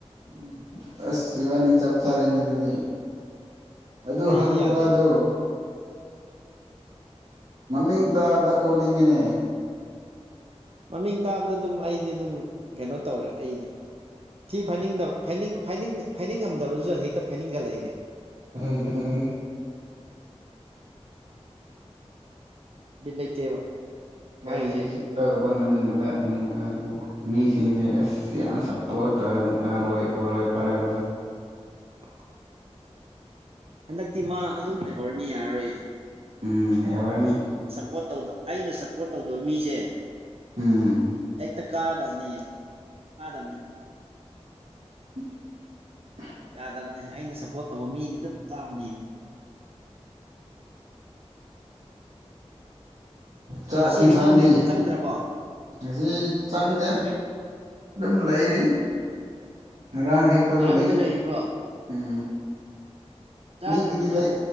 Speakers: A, on the right; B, on the right.
A: ꯎꯝ ꯑꯁꯕꯥꯅꯤ ꯆꯞ ꯁꯔꯦꯅꯦ ꯑꯗꯨꯗꯤ ꯑꯗꯨ
B: ꯑꯩꯁꯤ
A: ꯍꯅꯨꯕꯗꯣ
B: ꯌꯥꯗꯦ
A: ꯃꯃꯤꯡ ꯇꯥꯕꯗ ꯑꯣꯟꯅꯤꯡꯉꯤꯅꯦ
B: ꯃꯃꯤꯡ ꯇꯥꯕꯗ ꯑꯗꯨꯝ ꯑꯩꯗꯤ ꯑꯗꯨꯝ ꯀꯩꯅꯣ ꯇꯧꯔꯦ ꯑꯩꯗꯤ ꯊꯏ ꯐꯥꯏꯅꯤꯡꯗꯕ ꯐꯅꯤꯡ ꯐꯅꯤꯡ ꯐꯥꯏꯅꯤꯡꯉꯝꯗꯕꯗꯨꯁꯨ ꯍꯦꯛꯇ ꯐꯥꯏꯅꯤꯡꯒꯠꯂꯛꯏꯅꯤ
A: ꯎꯝ
B: ꯕꯤꯠ ꯂꯩꯇꯦꯕ ꯃꯥꯒꯤꯁꯦ
A: ꯑꯔꯤ ꯁꯤꯞꯇ ꯇꯧꯕ ꯉꯝꯗꯕ ꯍꯅꯨꯕ ꯑꯗꯨꯕꯨ ꯃꯤꯁꯤꯡꯁꯦ ꯑꯁ ꯌꯥꯝ ꯁꯞꯄꯣꯔꯠ ꯇꯧꯔꯅ ꯑꯔꯣꯏ ꯑꯔꯣꯏ ꯐꯔꯦꯕ
B: <unintelligible> ꯍꯟꯗꯛꯇꯤ ꯃꯥ ꯑꯗꯨꯝ ꯂꯩꯍꯧꯔꯅꯤ ꯌꯥꯔꯔꯣꯏꯌꯦ
A: ꯎꯝ ꯍꯦꯔꯅꯤ
B: ꯄꯣꯔꯠ ꯇꯧ ꯑꯩꯅ ꯁꯞꯄꯣꯔꯠ ꯇꯧꯗꯕ ꯃꯤꯁꯦ
A: ꯎꯝ
B: ꯍꯦꯛꯇ ꯀꯥꯗꯕꯅꯤ ꯌꯥꯝ ꯀꯥꯗꯕꯅꯤ
A: <unintelligible>
B: ꯌꯥꯗꯕꯅꯦ ꯑꯩꯅ ꯁꯞꯄꯣꯔꯠ ꯇꯧꯕ ꯃꯤꯗꯤ ꯑꯗꯨꯝ ꯀꯥꯕꯅꯦ <unintelligible>
A: ꯆꯥꯛꯀꯤꯁꯥꯡꯗꯤ
B: ꯉꯁꯤ ꯍꯩꯅꯧ ꯍꯦꯛꯄ ꯆꯪꯗ꯭ꯔꯕꯣ
A: ꯉꯁꯤ ꯆꯪꯗꯦ
B: ꯊꯣꯡꯍꯧꯗ꯭ꯔꯤ
A: ꯑꯗꯨꯝ ꯂꯩꯔꯤ ꯉꯔꯥꯡ ꯍꯦꯛꯄꯗꯣ
B: ꯉꯔꯥꯡꯒꯤꯗꯣ
A: ꯂꯩ
B: ꯂꯩꯔꯤꯕ꯭ꯔꯣ
A: ꯎꯝ
B: ꯆꯥꯗ꯭ꯔꯕ
A: ꯃꯤꯒꯤꯗꯤ
B: ꯅꯣꯏ
A: ꯂꯩ